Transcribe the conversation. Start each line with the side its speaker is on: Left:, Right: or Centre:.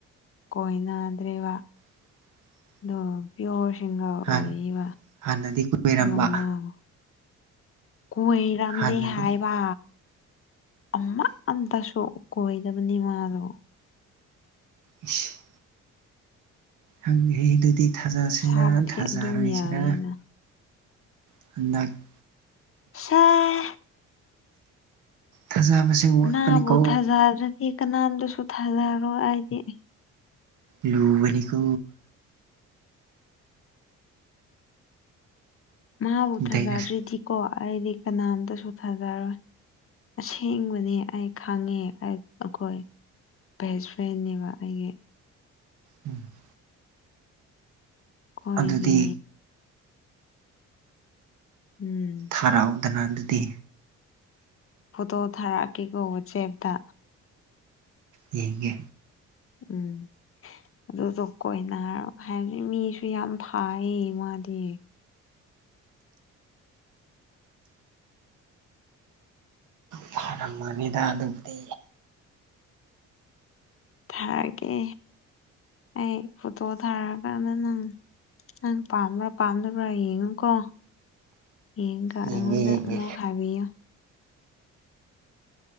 Left: ꯀꯣꯏꯅꯗ꯭ꯔꯦꯕ
Right: <inaudible>
Left: ꯑꯗꯣ ꯄꯤꯌꯣꯔ ꯁꯤꯡꯒꯔ
Right: ꯍꯥꯟ
Left: ꯑꯣꯏꯔꯤꯕ
Right: ꯍꯥꯟꯅꯗꯤ ꯀꯣꯏꯔꯝꯕ
Left: ꯑꯣ ꯃꯥꯥꯡꯉꯣ ꯀꯔꯝꯗꯦ
Right: ꯍꯥꯟꯅꯗꯤ
Left: ꯍꯥꯏ ꯋꯥ ꯑꯃ ꯑꯝꯇꯁꯨ ꯀꯣꯏꯗꯕꯅꯤ ꯃꯥꯗꯣ
Right: ꯑ <unintelligible> ꯍꯪꯗꯦꯍꯦ ꯑꯗꯨꯗꯤ ꯊꯥꯖꯥꯁꯤꯔ
Left: ꯁꯥꯛꯇꯤ
Right: ꯊꯥꯖꯔꯣꯏꯁꯤꯔꯥ
Left: ꯑꯗꯨꯝ ꯌꯥꯏꯅ
Right: <inaudible>
Left: ꯁꯥꯏ
Right: ꯊꯥꯖꯕꯁꯦ ꯋꯥꯠꯄꯅꯤꯀꯣ
Left: ꯃꯥꯕꯨ ꯊꯥꯖꯗ꯭ꯔꯗꯤ ꯀꯅꯥꯝꯗꯁꯨ ꯊꯥꯖꯔꯣꯏ ꯑꯥꯏꯗꯤ
Right: ꯂꯨꯕꯅꯤꯀꯣ
Left: ꯃꯥꯕꯨ ꯊꯥꯖꯗ꯭ꯔꯤꯗꯤꯀꯣ
Right: ꯗꯥꯏꯔꯁ
Left: ꯑꯩꯗꯤ ꯀꯅꯥꯝꯇꯁꯨ ꯊꯥꯖꯔꯣꯏ ꯑꯁꯦꯡꯕꯅꯤ ꯑꯩ ꯈꯪꯉꯦ ꯑꯩꯈꯣꯏ ꯕꯦꯁ ꯐ꯭ꯔꯦꯟꯅꯦꯕ ꯑꯩꯒꯤ
Right: ꯎꯝ <unintelligible>
Left: ꯍꯣꯏꯕꯦ
Right: ꯑꯗꯨꯗꯤ
Left: ꯎꯝ
Right: ꯍꯥꯔꯥꯎꯗꯅ ꯑꯗꯨꯗꯤ
Left: ꯐꯣꯇꯣ ꯊꯥꯔꯛꯀꯦꯀꯣ ꯋꯥꯆꯦꯞꯇ
Right: ꯌꯦꯡꯒꯦ
Left: ꯎꯝ ꯑꯗꯨꯗ ꯀꯣꯏꯅ ꯍꯥꯏꯔ ꯍꯥꯏꯕꯗꯤ ꯃꯤꯁꯨ ꯌꯥꯝ ꯐꯥꯏ ꯃꯥꯗꯤ
Right: ꯐꯔꯝꯃꯅꯤꯗ ꯑꯗꯨꯕꯨꯗꯤ
Left: ꯊꯥꯔꯒꯦ ꯑꯩ ꯐꯣꯇꯣ ꯊꯥꯔꯀꯥꯟꯗ ꯅꯪ ꯑꯪ ꯄꯥꯝꯕ꯭ꯔꯣ ꯄꯥꯝꯗꯕ꯭ꯔ ꯌꯦꯉꯣꯀꯣ ꯌꯦꯡꯀ ꯑꯩꯉꯣꯟꯗ
Right: ꯌꯦꯡꯒꯦ ꯌꯦꯡꯒꯦ
Left: ꯑꯃꯨꯛ ꯍꯥꯏꯕꯤꯌꯨ